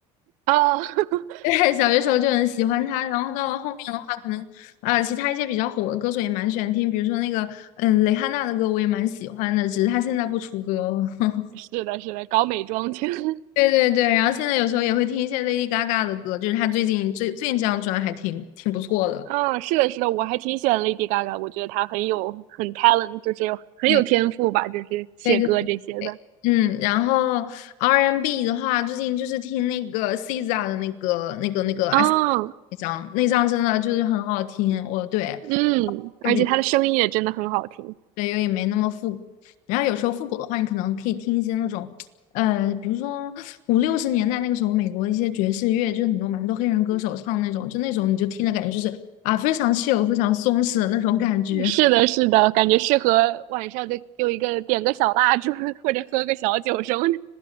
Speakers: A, on the right; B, on the left.
A: 哦，<laughs>
B: 对，小学时候就很喜欢他，然后到了后面的话，可能啊、其他一些比较火的歌手也蛮喜欢听，比如说那个嗯蕾哈娜的歌我也蛮喜欢的，只是她现在不出歌了。<laughs>
A: 是的，是的，搞美妆去。<laughs>
B: 对对对，然后现在有时候也会听一些 Lady Gaga 的歌，就是她最近最最近这张专还挺挺不错的。
A: 嗯，是的，是的，我还挺喜欢 Lady Gaga，我觉得她很有很 talent，就是有很有天赋吧，
B: 对
A: 就是写歌这些的。
B: 对对，嗯，然后 R&B n 的话，最近就是听那个 SZA 的那个那个那个
A: 啊，
B: S 那张，那张真的就是很好听，我对。
A: 嗯，而且她的声音也真的很好听。
B: 比对，又也没那么复古。然后有时候复古的话，你可能可以听一些那种，呃，比如说五六十年代那个时候美国一些爵士乐，就是很多蛮多黑人歌手唱那种，就那种你就听着感觉就是啊，非常 c h 非常松弛的那种感觉。
A: 是的，
B: <laughs>
A: 是的，感觉适合晚上就有一个点个小蜡烛，或者喝个小酒什么的。